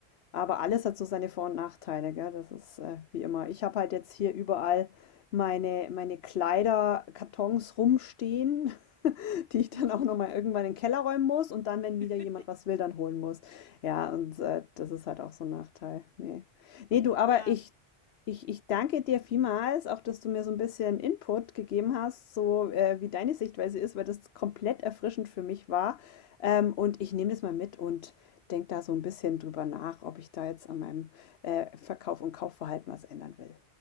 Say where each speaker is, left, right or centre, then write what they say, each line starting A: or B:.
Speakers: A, on the left (about 80°); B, on the left (about 60°).
A: Aber alles hat so seine Vor und Nachteile, gell? Das ist äh, wie immer. Ich habe halt jetzt hier überall meine, meine Kleiderkartons rumstehen. <laughs> die ich dann
B: Mhm.
A: auch nochmal irgendwann in den Keller räumen muss und dann, wenn
B: <laughs>
A: wieder jemand was will, dann holen muss. Ja, und äh, das ist halt auch so ein Nachteil. Nee. Nee, du, aber
B: Ja.
A: ich, ich, ich danke dir vielmals, auch dass du mir so ein bisschen Input gegeben hast, so äh, wie deine Sichtweise ist, weil das komplett erfrischend für mich war. Ähm, und ich nehme das mal mit und denke da so ein bisschen drüber nach, ob ich da jetzt an meinem äh, Verkauf und Kaufverhalten was ändern will.